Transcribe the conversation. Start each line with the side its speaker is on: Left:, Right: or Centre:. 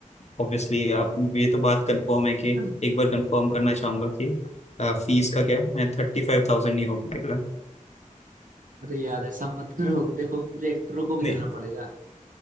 Left: ऑब्वियसली आप ये तो बात कंफर्म है कि
Right: हम्म।
Left: एक बार कंफर्म करना चाहूंगा कि फीस का क्या मैं थर्टी फाइव थाउजेंड नहीं हो पाएगा
Right: अरे यार ऐसा मत करो देखो मुझे एक्टरों को भी
Left: नहीं
Right: देना पड़ेगा